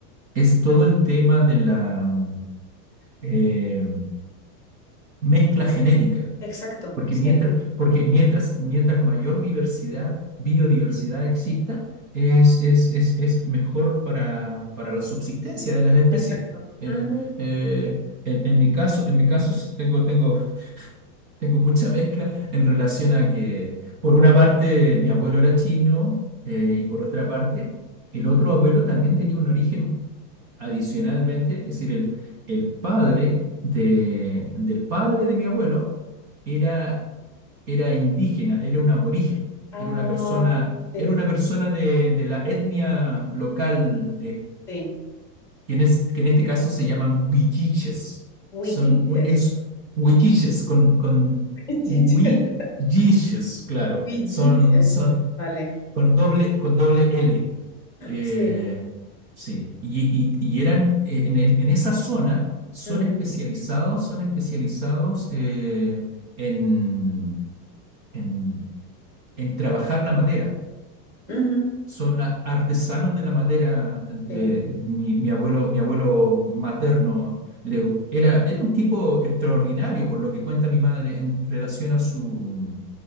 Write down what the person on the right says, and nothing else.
es todo el tema de la mm, eh, mezcla genética.
Porque
mientras, porque mientras, mientras mayor diversidad, biodiversidad exista, es, es, es, es mejor para, para la subsistencia de las especies.
En,
eh,
en, en mi caso, en mi caso s- tengo, tengo tengo mucha mezcla en relación a que, por una parte, mi abuelo era chino, eh, y por otra parte, el otro abuelo también tenía un origen adicionalmente, es decir, el, el padre de, del padre de mi abuelo era, era indígena, era un aborigen,
era una persona,
era una persona de, de la etnia local
que en, es- que en este caso se llaman huilliches.
Son, u- es huilliches con, con
huilliches, claro.
Son, son
con doble, con doble L. Eh,
sí, y, y- y eran eh, en, e- en esa zona, son
especializados, son especializados eh, en, en, en trabajar la madera
son a- artesanos de la madera.
eh, mi, mi abuelo, mi abuelo materno, Leu, era, era un tipo extraordinario, por lo que cuenta mi madre, en relación a su,